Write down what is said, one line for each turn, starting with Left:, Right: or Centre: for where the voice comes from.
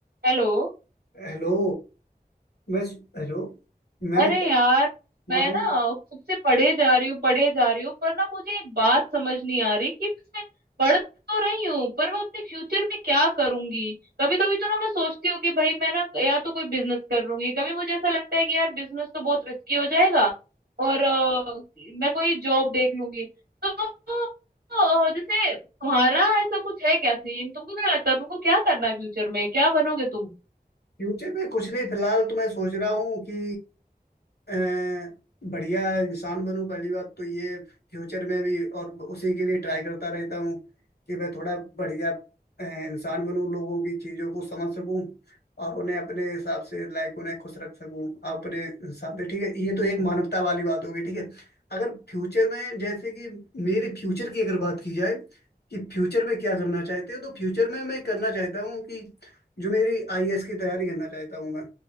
Right: Hello
Left: Hello मैं Hello मैं
Right: अरे यार मैं
Left: हाँ हाँ
Right: ना खुद से पढ़े जा रही हूँ पढ़े जा रही हूँ पर ना मुझे एक बात समझ नहीं आ रही कि मैं पढ़ तो रही हूँ पर मैं अपने फ्यूचर में क्या करूंगी कभी कभी तो ना मैं सोचती हूँ कि भाई मैं ना या तो कोई बिजनेस कर लूंगी कभी मुझे ऐसा लगता है कि यार बिजनेस तो बहुत रिस्की हो जाएगा और अ, मैं कोई जॉब देख लूंगी तो, तो अ, जैसे तुम्हारा ऐसा कुछ है क्या सीन तुमको क्या लगता है तुमको क्या करना है फ्यूचर में क्या बनोगे तुम
Left: फ्यूचर में कुछ नहीं फिलहाल तो मैं सोच रहा हूँ कि अ, बढ़िया इंसान बनूं पहली बात तो ये फ्यूचर में भी और उसी के लिए ट्राई करता रहता हूँ कि मैं थोड़ा बढ़िया अ, इंसान बनूं लोगों की चीज़ों को समझ सकूं और उन्हें अपने हिसाब से लाइक उन्हें खुश रख सकूं अपने हिसाब से ठीक है ये तो एक मानवता वाली बात होगी ठीक है अगर फ्यूचर में जैसे कि मेरे फ्यूचर की अगर बात की जाए कि फ्यूचर में क्या करना चाहते हो तो फ्यूचर में मैं करना चाहता हूँ कि जो मेरी आईएएस की तैयारी करना चाहता हूँ मैं